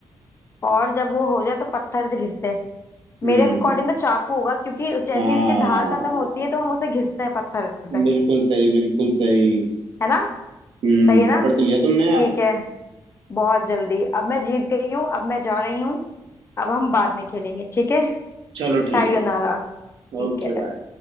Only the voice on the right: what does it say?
हम्म
हाँ
बिल्कुल सही बिल्कुल सही
हम्म
पकड़ तो लिया तुमने यार
चलो ठीक
है
Okay
bye